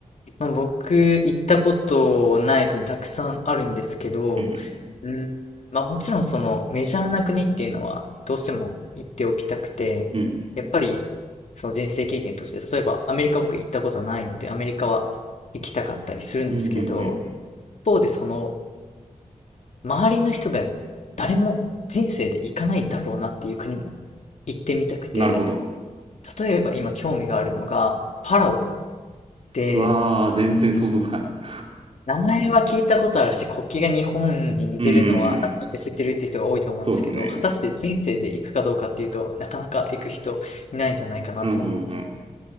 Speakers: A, on the left; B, on the right.
A: まあ、僕、行ったことない国たくさんあるんですけど、
B: うん。
A: うん、まあもちろんそのメジャーな国っていうのはどうしても行っておきたくて、
B: うん。
A: やっぱりその人生経験として、例えばアメリカ僕行ったことないので、アメリカは行きたかったりするんですけど、
B: うん。うん。うんうん
A: 一方でその周りの人が誰も人生で行かないだろうなっていう国も行ってみたくて、
B: なるほど。
A: 例えば今興味があるのが、パラオで、
B: うわー、全然想像つかない。<laughs>
A: 名前は聞いたことあるし、国旗が日本に似てるのは、
B: うんうんう
A: なんとなく知ってるっていう人が多いと思うんですけど、
B: ん。そうですね。
A: 果たして人生で行くかどうかっていうとなかなか行く人いないんじゃないかなって思って。
B: うんうんうん。